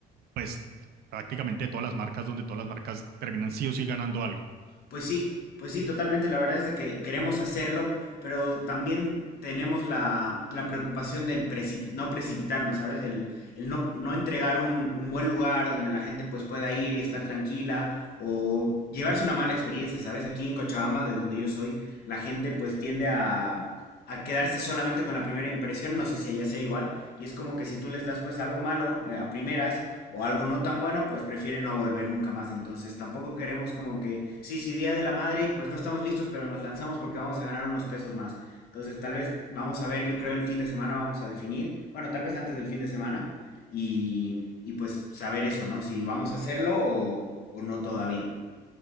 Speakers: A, on the right; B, on the left.
A: pues prácticamente de todas las marcas, donde todas las marcas terminan sí o sí ganando algo.
B: Pues sí, pues sí, totalmente. La verdad es de que queremos hacerlo, pero también tenemos la, la preocupación de precipi- no precipitarnos, ¿sabes? El, el no, no entregar un, un buen lugar donde la gente pues pueda ir y estar tranquila o llevarse una mala experiencia, ¿sabes? Aquí en Cochabamba, de donde yo soy, la gente pues tiende a, a quedarse solamente con la primera impresión, no sé si allá sea igual, y es como que si tú les das pues algo malo eh, a primeras, o algo no tan bueno, pues prefiere no volver nunca más. Entonces tampoco queremos como que, sí, sí, Día de la Madre y pues no estamos listos, pero nos lanzamos porque vamos a ganar unos pesos más. Entonces tal vez vamos a ver, yo creo el fin de semana vamos a definir, bueno, tal vez antes del fin de semana y, y pues saber eso, ¿no? Si vamos a hacerlo o, o no todavía.